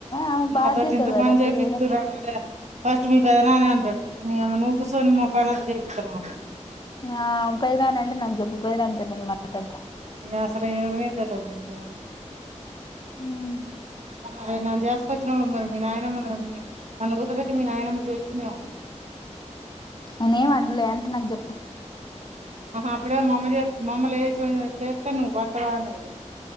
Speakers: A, on the left (about 40°); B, on the right (about 65°).
A: ఆమె
B: నాతోటి
A: బాధ్యత
B: ఇంత
A: కదా
B: పని
A: అట్లా
B: చేపిస్త
A: చేయడం
B: రంట అడే ఫస్ట్ మీ పెదనా అని అంటాడు మీ అమ్మని ఒకసారి ముఫై రాకా జిరీకుమాన్నా
A: ఆ పైనా అంట నా జబ్బ ఉ పైదనాంత మాట్లాడ
B: అసలు ఎరుమే తెల్వదు
A: ఉ
B: మరి నేను చేసుకొచ్చిన మరి మీ నాయనమ నన్ను గుర్చబెట్టి మీ నాయన చేస్తుందేమో.
A: అయన ఏం వండలే అంటే నాకు చెప్పు
B: ఆహా ఆప్పుడే మమ్మ మమ్మలే చేతను బంతవానేది